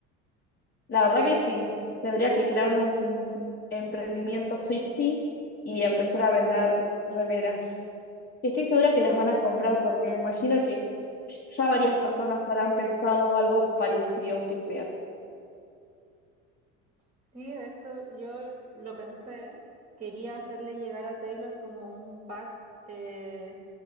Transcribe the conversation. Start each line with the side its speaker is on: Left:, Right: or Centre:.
Left: La verdad que sí. Tendría que crearme un emprendimiento Swifty y empezar a vender remeras. Y estoy segura que las van a comprar porque me imagino que ya varias personas habrán pensado algo parecido, aunque sea.
Right: Sí, de hecho, yo lo pensé, quería hacerle llegar a Taylor como un pack eh,